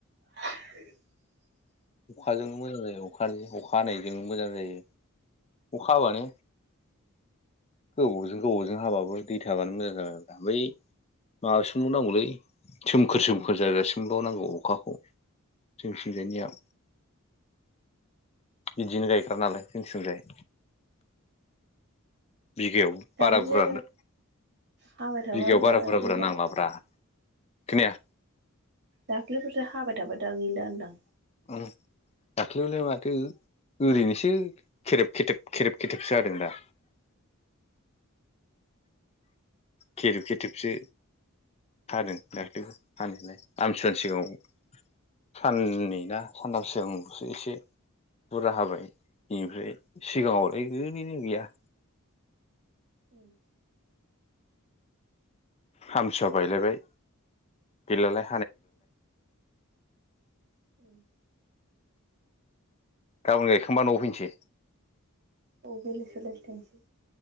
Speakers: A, on the right; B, on the left.
A: <inaudible>
B: अखाजों मोजां जायो अखानि अखा हानायजों मोजां जायो अखा हाबानो गोबावजों गोबावजों हाबाबो दै थाबानो मोजां जाबायब्रा बै माबासिमल' नांगौलै सोमखोर सोमखोर जाजासिमल' नांगौ अखाखौ जोंसिं जायनिया बिदिनो गायग्रा नालाय जों सिंजाय बिगायाव
A: दाख्लैसो
B: बारा बुरजा
A: हाबाय थाबाय
B: बिगायाव
A: दा
B: बारा बुरजा
A: गैला
B: बुरजा नांलाब्रा खोनाया
A: दाख्ललिफोरसो हाबाय थाबाय दा गैला होनदां
B: उम दाख्लिलाय माथो ओरैनोसो खेरेब खेथेब खेरेब खेथेबसो हादों दा खेरेब खेथेबसो हादों दाख्लै हानायालाय आमथिसुवानि सिगाङाव साननै ना सानथाम सिगांलसो एसे बुरजा हाबाय इनिफ्राय सिगाङावलाय ओरैनो गैया
A: उम
B: हामसुवआ बायलायबाय गैला लाय
A: उम
B: गाबोन गायखांबा न'आव फैनोसै
A: औ बेलासियाव लागै थांसै